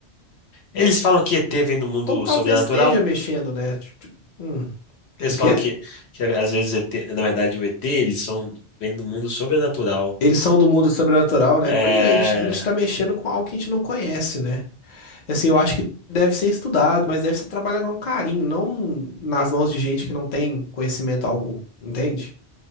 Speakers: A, on the left; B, on the left.
A: Eles falam que ET vem
B: <laughs>
A: do mundo
B: Ou talvez
A: sobrenatural.
B: esteja mexendo, né? Tipo, hum,
A: Eles
B: O
A: falam
B: quê?
A: que, que às vezes ET, na verdade o ET, eles são vêm do mundo sobrenatural.
B: Eles são do mundo sobrenatural, né?
A: É...
B: Pois é, a gente, a gente tá mexendo com algo que a gente não conhece, né? Assim, eu acho que deve ser estudado, mas deve ser trabalhado com carinho, não nas mãos de gente que não tem conhecimento algum, entende?